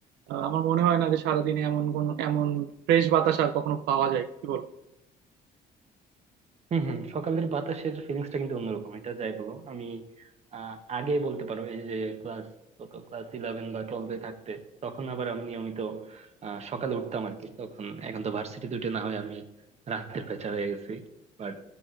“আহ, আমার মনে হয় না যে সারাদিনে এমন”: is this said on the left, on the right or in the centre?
Right